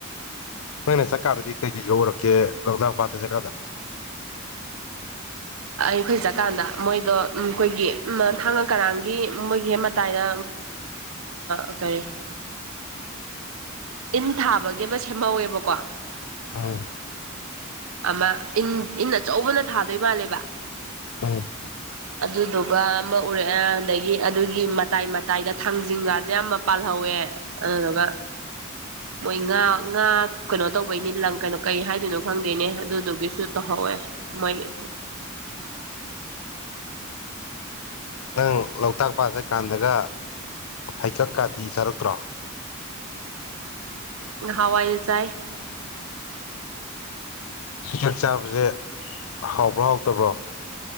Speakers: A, on the left; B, on the right.
A: ꯅꯣꯏꯅ ꯆꯥꯛꯀꯥꯗꯗꯤ ꯀꯩꯀꯩ ꯌꯧꯔꯛꯀꯦ ꯂꯣꯛꯗꯥꯛ ꯄꯥꯠꯇꯦ ꯆꯀꯥꯗ
B: ꯑꯩ ꯑꯩꯈꯣꯏ ꯆꯠꯀꯥꯟꯗ ꯃꯣꯏꯗꯣ ꯎ ꯑꯩꯈꯣꯏꯒꯤ ꯊꯥꯡꯉ ꯀꯔꯥꯡꯒꯤ ꯃꯣꯏꯒꯤ ꯍꯦꯛ ꯃꯇꯥꯏꯗ ꯑ ꯀꯩ ꯏꯟ ꯊꯥꯕꯒꯤ ꯑꯃ ꯁꯦꯝꯍꯧꯋꯦꯕꯀꯣ
A: <unintelligible>
B: ꯑꯃ ꯏꯟ ꯏꯟ ꯑꯆꯧꯕꯅ ꯊꯥꯗꯣꯏ ꯃꯥꯜꯂꯦꯕ
A: ꯎꯝ
B: ꯑꯗꯨꯗꯨꯒ ꯑꯃ ꯎꯔꯑꯦ ꯑꯗꯒꯤ ꯑꯗꯨꯒꯤ ꯃꯇꯥꯏ ꯃꯇꯥꯏꯗ ꯊꯥꯡꯖꯤꯡꯒꯥꯁꯦ ꯌꯥꯝ ꯄꯥꯜꯍꯧꯋꯦ ꯑꯗꯨꯗꯨꯒ ꯃꯣꯏ ꯉꯥ ꯉꯥ ꯀꯩꯅꯣ ꯇꯧꯕꯩꯅꯤ ꯂꯪ ꯀꯩꯅꯣ ꯀꯩ ꯍꯥꯏꯗꯣꯏꯅꯣ ꯈꯪꯗ ꯑꯗꯨꯅꯦ ꯑꯗꯨꯗꯨꯒꯤꯁꯨ ꯇꯧꯍꯧꯋꯦ ꯃꯣꯏꯒꯤ
A: ꯅꯪ ꯂꯣꯛꯇꯥꯛ ꯄꯥꯠ ꯆꯠ ꯀꯥꯟꯗꯒ ꯍꯩꯀꯛ ꯀꯥꯇꯤ ꯆꯥꯔꯛꯇ꯭ꯔꯣ
B: ꯅꯍꯥꯟꯋꯥꯏ ꯆꯥꯏ
A: ꯁꯖꯥꯛ ꯆꯥꯕꯁꯦ ꯍꯥꯎꯕ꯭ꯔꯣ ꯍꯥꯎꯇꯕ꯭ꯔꯣ